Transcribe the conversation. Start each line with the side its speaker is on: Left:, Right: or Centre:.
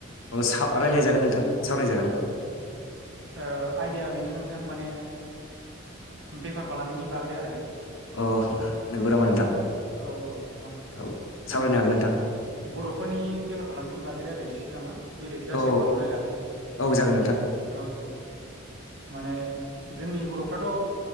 Left: औ सा रायज्लाय जागोन नोंथां सावरायजागोन।
Right: औ ओ आइडाया बेनो नोंथां माने बेफार फालांगिनि बागै आरो।
Left: अ नंगौ नामा नोंथां
Right: औ औ
Left: औ
Right: माने
Left: सावरायनो हागोन नों
Right: बर'फोरनि बेफार फालांगिनि बागै रायलायनोसै नामा बेलेग जाथिनि
Left: औ
Right: खालामनो लायला।
Left: औ जागोन नोंथां
Right: औ- औ माने जोंनि बर'फ्राथ'